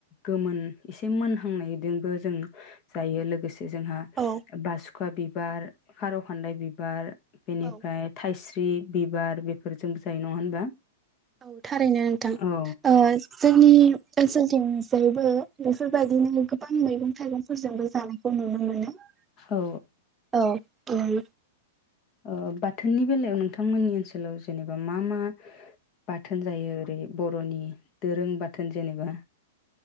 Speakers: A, on the left; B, on the right.
A: गोमोन एसे मोनहांनायदोंबो जों जायो लोगोसे जोंहा
B: औ
A: बास खुंखा बिबार खारौ खान्दाय बिबार बेनिफ्राय
B: औ
A: थाइस फ्रि बिबार बेफोरजोंबो जायो नङा होनबा।
B: औ थारैनो नोंथां
A: औ
B: ओ जोंनि ओनसोलथि जायबो बेफोरबायदिनो गोबां मैगं थाइगंफोरजोंबो जानायखौ नुनो मोनो।
A: औ
B: औ नुयो।
A: ओ बाथोननि बेलायाव नोंथांमोननि ओनसोलाव जेनेबा मा मा बाथोन जायो ओरै बर'नि दोरों बाथोन जेनेबा